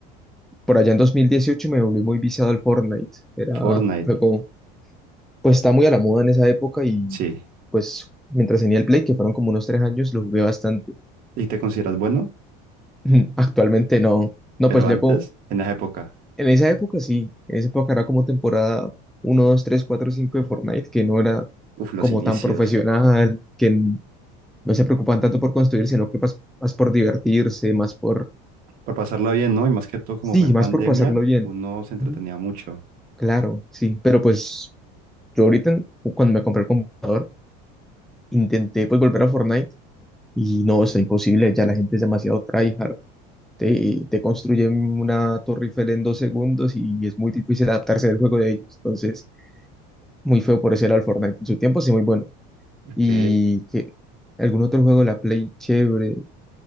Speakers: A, in the centre; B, on the right.
A: Por allá en 2018 me volví muy viciado al Fortnite, era
B: Fortnite,
A: un juego, pues está muy a la moda en esa época y
B: sí.
A: pues mientras tenía el Play, que fueron como unos tres años, lo jugué bastante.
B: ¿Y te consideras bueno?
A: <laughs> Actualmente no, no,
B: Pero
A: pues luego,
B: antes, en esa época,
A: en esa época sí, en esa época era como temporada uno 2 3 4 5 de Fortnite, que no era
B: uf, los
A: como
B: inicios.
A: tan profesional, que No se preocupan tanto por construir, sino que pas- más, por divertirse, más por,
B: Por pasarla bien, ¿no? Y más que todo, como
A: sí,
B: fue en
A: más
B: pandemia,
A: por pasarlo bien.
B: uno se entretenía
A: Ujú.
B: mucho.
A: Claro, sí, pero pues yo ahorita, cuando me compré el computador, intenté pues volver a Fortnite y no, está imposible, ya la gente es demasiado tryhard. Te, te construyen una torre Eiffel en dos segundos y es muy difícil adaptarse al juego de ellos. Entonces, muy feo por ese lado el Fortnite. En su tiempo sí, muy bueno.
B: Ok.
A: Y que algún otro juego de la Play chévere.